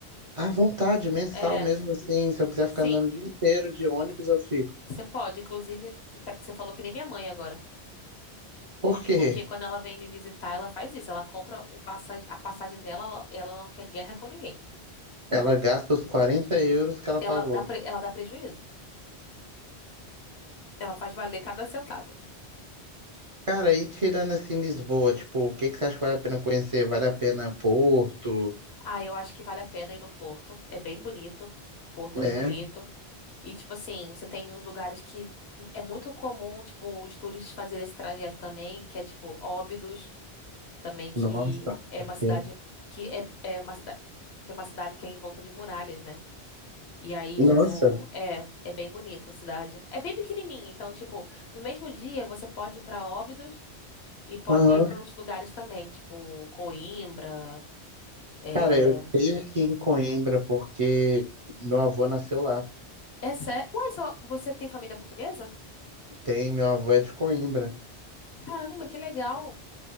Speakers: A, on the right (about 40°); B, on the left (about 70°).
A: À vontade, mensal
B: É,
A: mesmo assim. Se eu quiser
B: sim,
A: ficar andando o dia inteiro de ônibus, eu fico.
B: você pode. Inclusive, você falou que nem minha mãe agora.
A: Por quê?
B: Porque quando ela vem me visitar, ela faz isso. Ela compra o passagem, a passagem dela, ela ela não quer guerra com ninguém.
A: Ela gasta os 40 euros que ela
B: Ela
A: pagou.
B: dá, pre- ela dá prejuízo. Ela faz valer cada centavo.
A: Cara, e tirando assim Lisboa, tipo, o que que você acha que vale a pena conhecer? Vale a pena Porto?
B: Ah, eu acho que vale a pena ir no Porto. É bem bonito. Porto
A: né?
B: é bem bonito. E, tipo assim, você tem uns lugares que é muito comum, tipo, os turistas fazerem esse trajeto também, que é, tipo, Óbidos, também, que
A: Nossa.
B: é
A: ok.
B: uma cidade que é, é uma cidade, é uma cidade que é envolta de muralhas, né? E aí,
A: Nossa.
B: tipo, é, é bem bonito a cidade. É bem pequenininha, então, tipo, no mesmo dia você pode ir pra Óbidos e pode
A: Aham.
B: ir pra outros lugares também, tipo, Coimbra, é...
A: Cara, eu tenho que ir em Coimbra porque meu avô nasceu lá.
B: É sério? Ué, só você tem família portuguesa?
A: Tem, meu avô é de Coimbra,
B: Caramba, que legal!